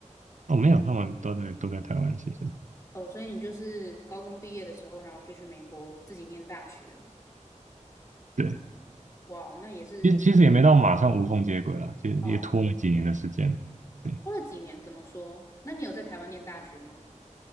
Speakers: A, on the right; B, on the left.
A: 哦，没有，他们都在都在台湾，其实
B: 哦，所以你就是高中毕业的时候，然后就去美国自己念大学。
A: 对，
B: 哇哦，那也是，
A: 其实其实也没到马上无缝接轨了，其实也拖了几年的时间。
B: 嗯，
A: 对。
B: 拖了几年，怎么说？那你有在台湾念大学吗？